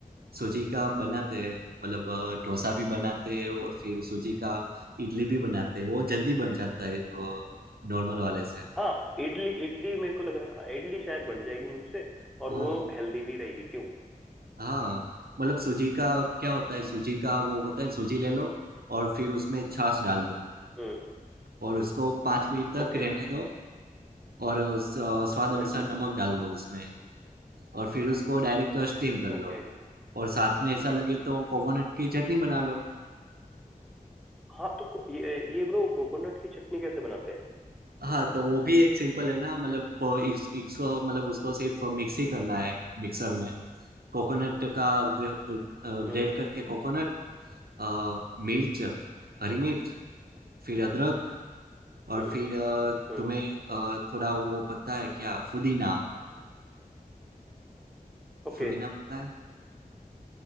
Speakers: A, on the right; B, in the centre.
A: सूजी का बनाते हैं मतलब अ, डोसा भी बनाते हैं और फिर सूजी का इडली भी बनाते हैं वो जल्दी बन जाता है नॉर्मल वाले से
B: हाँ इडली इडली मेरे को लग रहा है हाँ इडली शायद बन जाएगी मुझसे और
A: हाँ
B: वो हेल्दी भी रहेगी क्यों
A: हाँ मतलब सूजी का क्या होता है सूजी का वो होता है सूजी ले लो और फिर उसमें छाछ डाल दो
B: हम्म
A: और उसको पाँच मिनट तक
B: ओके
A: रहने दो और उस, अ, स्वाद अनुसार
B: हाँ जी
A: नमक डाल दो उसमें और फिर उसको डायरेक्ट स्टीम कर लो
B: ओके
A: और साथ में ऐसा लगे तो कोकोनट की चटनी बना लो
B: हाँ तो को, ये ये ब्रो कोकोनट की चटनी कैसे बनाते हैं
A: हाँ तो वो भी एक सिंपल है ना मतलब को- इस, इसको मतलब उसको सिर्फ मिक्स ही करना है मिक्सर में कोकोनट का ग्रेट
B: हम्म
A: करके कोकोनट मिर्च हरी मिर्च फिर अदरक और
B: हम्म
A: फिर अ,
B: हम्म
A: तुम्हें अ, थोड़ा वो पता है क्या पुदीना
B: ओके
A: पुदीना पता है